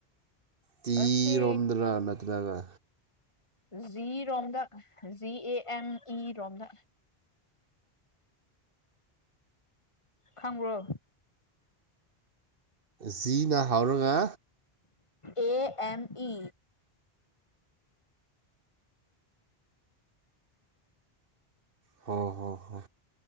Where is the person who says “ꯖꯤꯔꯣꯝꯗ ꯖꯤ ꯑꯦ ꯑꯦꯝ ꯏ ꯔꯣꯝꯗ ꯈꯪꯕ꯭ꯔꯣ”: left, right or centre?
Left